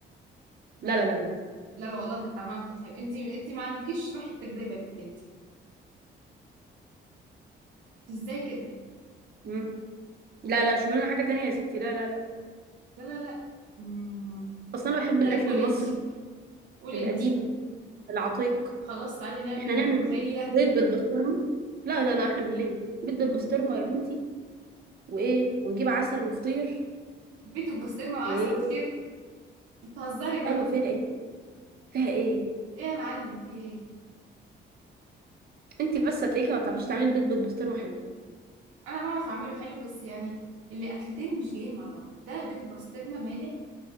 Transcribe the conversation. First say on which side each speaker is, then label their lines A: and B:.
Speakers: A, on the right (about 85°); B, on the right (about 50°).
A: لا
B: لا
A: لا
B: لا لا لا
A: لا لا والله كانت طعمها على طول حلو انت انت ما عندكيش روح التجربة يا بنت انت ازاي كده
B: مم. لا لا شوف لنا حاجة تانية يا ستي لا لا لا
A: لا لا لا مم.
B: أصلا أنا بحب الأكل
A: طيب قولي
B: المصري
A: انت قولي
B: القديم
A: انت
B: العتيق
A: خلاص تعالي نعمل
B: إحنا نعمل
A: ملوخية
B: بيض بالبسطرمة لا لا لا إحنا بالليل بيض بالبسطرمة
A: مم.
B: يا بنتي وإيه ونجيب عسل وفطير
A: بيت وبسطرمه وعسل
B: وإيه
A: وفطير انت بتهزري بقى
B: أيوة فيها إيه فيها إيه
A: ايه يا معلم في ايه
B: أنت بس هتلاقيكي ما بتعرفيش تعملي بيض بالبسطرمة حلو
A: انا بعرف اعمله حلو بس يعني اللي اكلتين مش جايين مع بعض ده بيت البسطرمه مالح